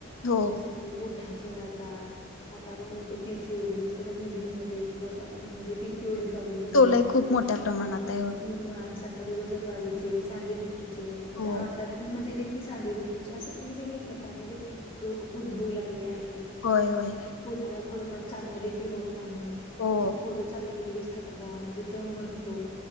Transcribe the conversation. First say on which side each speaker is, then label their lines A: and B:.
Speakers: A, on the left; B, on the left.
A: हो
B: जसे कि पोठाचे आजार आता आपण म्हणतो पि सी ओ डी जसं काही मुलींमध्ये कि बाई फनमध्ये पीसीओडी चालू झालेला
A: तो लय
B: आहे
A: खूप मोठ्या प्रमाणात
B: आणि
A: आहे होय
B: माणसांमध्ये वजन वाढीचे, सांधे दुखीचे म्हणजे
A: हो
B: आत तऱ्यांमध्ये देखील सांधेदुखीचे असे वेगवेगळे प्रकार म्हणजे रोग उद्भवू लागले आहेत.
A: होय होय.
B: कोणाला थोडंफार चाका देखील होत नाही
A: हो
B: म्हणजे थोडं चालले लगेच थकवा म्हणजे दम भरतो,